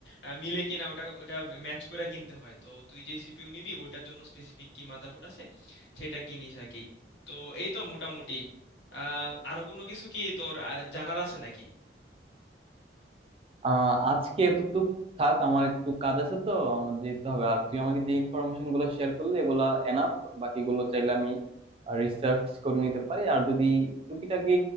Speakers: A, on the left (about 85°); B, on the right (about 30°).
A: আহ, মিলে কিনা ওটা ওটা ম্যাচ করে কিনতে হয় তো তুই যে সিপিইউ নিবি ওটার জন্য স্পেসিফিক কি মাদারবোর্ড আছে সেটা কিনিস আর কি তো এই তো মোটামুটি আহ আরো কোনো কিছু কি তোর আহ, জানার আছে নাকি
B: আহ আজকে এতটুক থাক আমার একটু কাজ আছে তো আমার যেতে হবে আর তুই আমাকে যে ইনফরমেশন গুলো শেয়ার করলি এগুলা এনাফ বাকিগুলো চাইলে আমি রিসার্চ করে নিতে পারি আর যদি টুকিটাকি